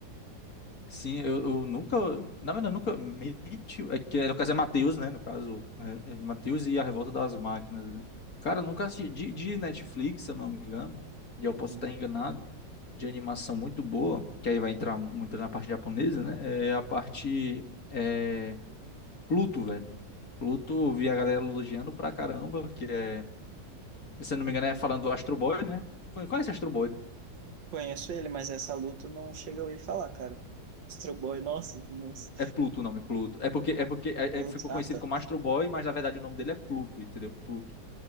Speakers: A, on the left; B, on the right.
A: Sim, eu, eu nunca, na verdade, eu nunca me, tive- é que no caso é Matheus, né? No caso, é, é Matheus e a Revolta das Máquinas, né? Cara, eu nunca assisti, de, de Netflix, se eu não me engano, e eu
B: Uhum.
A: posso estar enganado, de animação muito boa, que aí vai entrar muito na parte japonesa, né? É a parte, é, Pluto, velho. Pluto, eu vi a galera elogiando pra caramba, que é, se eu não me
B: Uhum.
A: engano, é falando do Astro Boy, né? Conhece Astro Boy, né?
B: Conheço ele, mas essa luta não chega a ouvir falar, cara. Astro Boy, nossa, nossa.
A: É Pluto o nome, Pluto. É porque, é porque é-
B: Luto-
A: é- ficou
B: Ah,
A: conhecido
B: tá.
A: como Astro Boy, mas na verdade o nome dele é Pluto, entendeu? Pluto.